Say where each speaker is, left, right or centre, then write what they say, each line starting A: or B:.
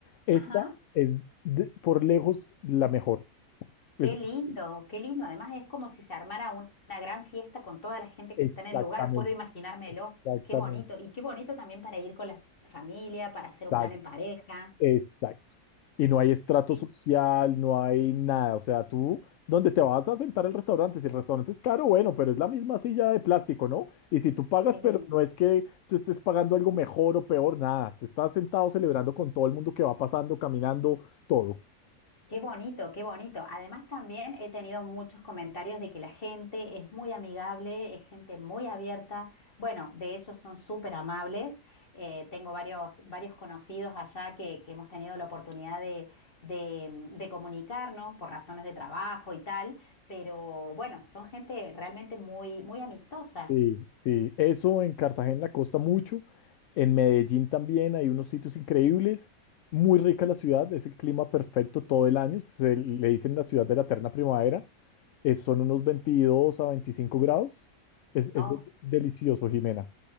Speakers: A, on the left; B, on the left.
A: Esta
B: Ajá.
A: es de- por lejos la mejor. Es-
B: Qué lindo, qué lindo. Además es como si se armara un- una gran fiesta con toda la gente
A: exactamente,
B: que está en el lugar. Puedo imaginármelo.
A: exactamente,
B: Qué bonito. Y qué bonito también para ir con la familia, para hacer un
A: exacto,
B: plan en pareja.
A: exacto. Y no hay estrato
B: Sí.
A: social, no hay nada. O sea, tú, ¿dónde te vas a sentar al restaurante? Si el restaurante es caro, bueno, pero es la misma silla de plástico, ¿no? Y si tú pagas,
B: Qué
A: pero
B: bien.
A: no es que tú estés pagando algo mejor o peor, nada. Tú estás sentado celebrando con todo el mundo que va pasando, caminando, todo.
B: Qué bonito, qué bonito. Además, también he tenido muchos comentarios de que la gente es muy amigable, es gente muy abierta. Bueno, de hecho son súper amables. Eh, tengo varios, varios conocidos allá que, que hemos tenido la oportunidad de, de, de comunicarnos por razones de trabajo y tal, pero bueno, son gente realmente muy, muy amistosa.
A: Sí, sí, eso en Cartagena costa mucho, en Medellín también hay unos sitios increíbles, muy rica la ciudad, es el clima perfecto todo el año, se le dicen la ciudad de la eterna primavera, eh, son unos 22 a 25 grados, es,
B: ¿no?
A: es de- delicioso, Jimena.